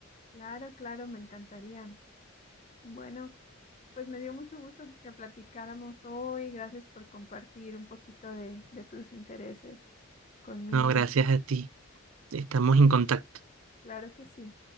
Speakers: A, on the left (about 30°); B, on the right (about 75°).
A: Claro, claro, me encantaría. Bueno, pues me dio mucho gusto que platicáramos hoy. Gracias por compartir un poquito de, de tus intereses conmigo.
B: No, gracias a ti, estamos en contacto.
A: Claro que sí.